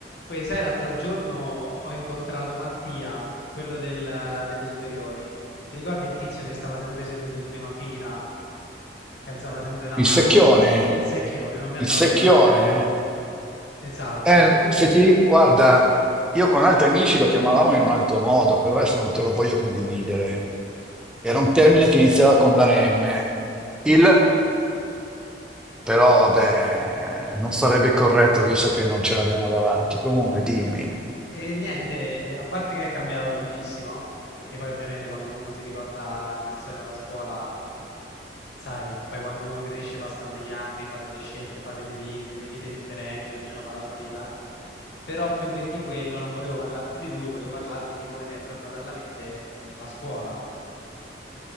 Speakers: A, on the left (about 65°); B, in the centre.
A: Poi sai, l'altro giorno ho incontrato Mattia, quello del- delle superiori. Ti ricordi il tizio che stava sempre seduto in prima fila, che alzava sempre la
B: Il
A: mano
B: secchione,
A: quando... Il secchione, non mi
B: il
A: andava
B: secchione,
A: di chiamarlo secchione. Esatto.
B: eh, se ti, guarda, io con altri amici lo chiamavamo in un altro modo, però adesso non te lo voglio condividere. Era un termine che iniziava con la M. Il, però vabbè, non sarebbe corretto visto che non ce l'abbiamo davanti. Comunque dimmi.
A: E niente, eh, a parte che è cambiato tantissimo, perché poi ovviamente quando uno si ricorda le persone da scuola Sai, poi quando uno cresce passano degli anni, fa delle scelte, fa delle vite, delle vite differenti, ognuno fa la sua vita. Però più che di quello non volevo parlarti di lui, volevo parlarti di come mi è tornata alla mente la scuola.